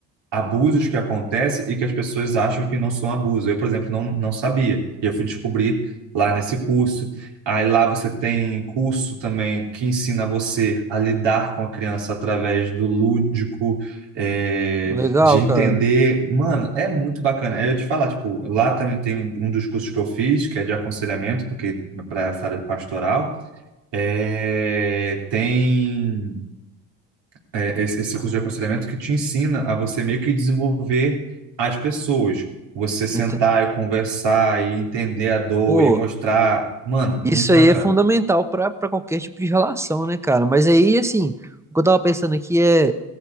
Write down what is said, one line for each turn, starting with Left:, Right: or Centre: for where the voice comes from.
Right: abusos que acontecem e que as pessoas acham que não são abuso. Eu, por exemplo, não, não sabia. E eu fui descobrir lá nesse curso. Aí lá você tem curso também que ensina você a lidar com a criança através do lúdico, é,
Centre: Legal,
Right: de entender.
Centre: cara.
Right: Mano, é muito bacana. Aí eu te falar, tipo, lá também tem um um dos cursos que eu fiz, que é de aconselhamento, porque para essa área pastoral, é, tem é, esse esse curso de aconselhamento que te ensina a você meio que desenvolver as pessoas. Você sentar
Centre: Ente-
Right: e conversar e entender a dor
Centre: Pô.
Right: e mostrar. Mano,
Centre: Isso
Right: muito bacana.
Centre: aí é fundamental para para qualquer tipo de relação, né, cara? Mas aí, assim, o que eu tava pensando aqui é,